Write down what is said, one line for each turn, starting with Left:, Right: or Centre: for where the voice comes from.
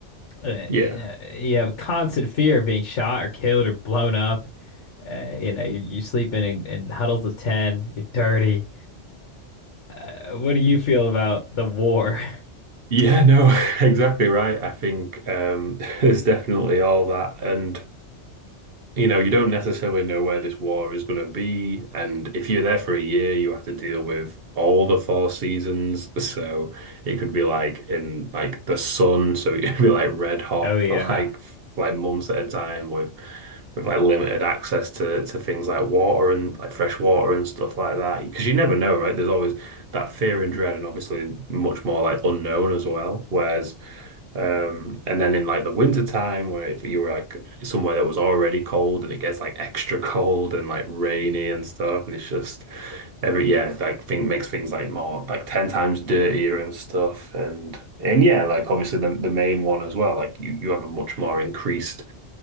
Left: uh,
Right: Yeah.
Left: you know, you have a constant fear of being shot or killed or blown up. Uh, you know, you're, you're sleeping in, in huddles of 10, you're dirty, Uh, What do you feel about the war? <laughs>
Right: Yeah, no, <laughs> exactly right. I think um, <laughs> there's definitely all that. And you know, you don't necessarily know where this war is going to be. And if you're there for a year, you have to deal with all the four seasons. <laughs> So it could be like in like the sun. So <laughs> it could be like red hot
Left: Oh yeah.
Right: for like f- like months at a time with with like limited access to to things like water and like fresh water and stuff like that. Because you never know, right? There's always that fear and dread, and obviously much more like unknown as well. Whereas um, and then in like the winter time, where if you were like somewhere that was already cold and it gets like extra cold and like rainy and stuff, and it's just every yeah, like thing makes things like more like 10 times dirtier and stuff. And and yeah, like obviously the the main one as well, like you, you have a much more increased